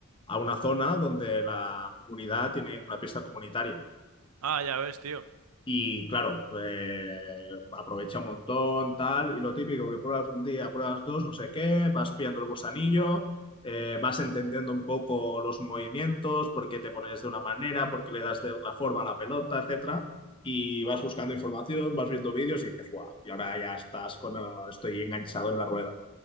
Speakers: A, on the left; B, on the right.
A: a una zona donde la comunidad tiene una pista comunitaria.
B: Ah, ya ves, tío.
A: Y claro, eh, aprovecha un montón, tal, y lo típico que pruebas un día, pruebas dos, no sé qué, vas pillando el gusanillo, eh, vas entendiendo un poco los movimientos, por qué te pones de una manera, por qué le das de otra forma a la pelota, etcétera, y vas buscando información, vas viendo vídeos y dices, guau, y ahora ya estás con, eh, estoy enganchado en la rueda.